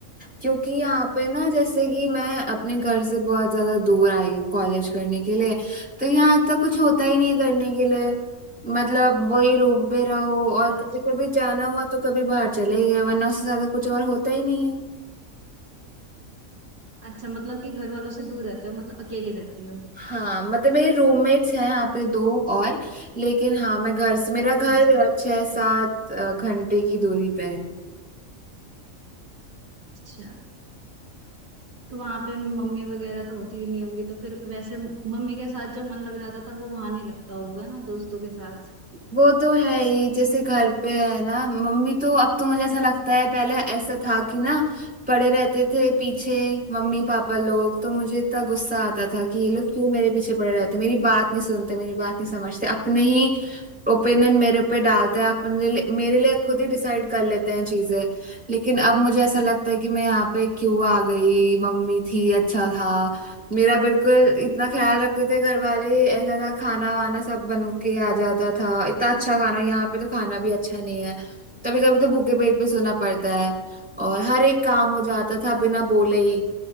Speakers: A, in the centre; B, on the right (about 50°).
A: क्योंकि यहाँ पे ना जैसे कि मैं अपने घर से बहुत ज्यादा दूर आई हूँ कॉलेज करने के लिए तो यहाँ तक कुछ होता ही नहीं है करने के लिए मतलब वही रूम पे रहो और
B: अच्छा
A: कभी कभी जाना हुआ तो कभी बाहर चले गए वरना उससे ज्यादा कुछ और होता ही नहीं है
B: अच्छा मतलब कि घर वालों से दूर रहते हो मतलब अकेले रहती हो
A: हाँ मतलब मेरे रूममेट्स हैं यहाँ पे दो और लेकिन हाँ मैं घर से मेरा घर
B: अच्छा
A: छह सात अ, घंटे की दूरी पे है
B: अच्छा तो वहां पे मम्मी वगैरह तो होती ही नहीं होंगी तो फिर वैसे मम्मी के साथ जो मन लग जाता था वो वहां नहीं लगता होगा ना दोस्तों के साथ
A: वो तो है ही जैसे घर पे है ना मम्मी तो अब तो मुझे ऐसा लगता है पहले ऐसा था कि ना पड़े रहते थे पीछे मम्मी पापा लोग तो मुझे इतना गुस्सा आता था कि ये लोग क्यों मेरे पीछे पड़े रहते मेरी बात नहीं सुनते मेरी बात नहीं समझते अपने ही ओपिनियन मेरे पे डालते हैं अपने लिए- मेरे लिए खुद ही डिसाइड कर लेते हैं चीजें लेकिन अब मुझे ऐसा लगता है कि मैं यहाँ पे क्यों आ गई मम्मी थी अच्छा था मेरा बिल्कुल इतना ख्याल रखते थे घर वाले ऐसा था खाना वाना सब बन के आ जाता था इतना अच्छा खाना यहाँ पे तो खाना भी अच्छा नहीं है कभी कभी तो भूखे पेट पे सोना पड़ता है और हर एक काम हो जाता था बिना बोले ही